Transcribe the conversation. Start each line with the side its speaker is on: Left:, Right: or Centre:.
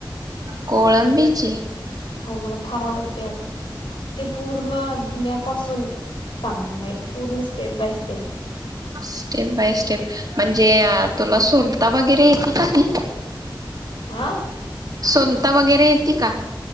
Right: कोळंबीची.
Left: हो मला फार आवडते, अगं. ते पूर्ण दधुन्यापासून सांग मला पूर्ण स्टेप बाय से
Right: स्टेप बाय स्टेप म्हणजे तुला सोल ता <unintelligible> गैरे येते का ती
Left: आह.
Right: सोलता वगैरे येते का,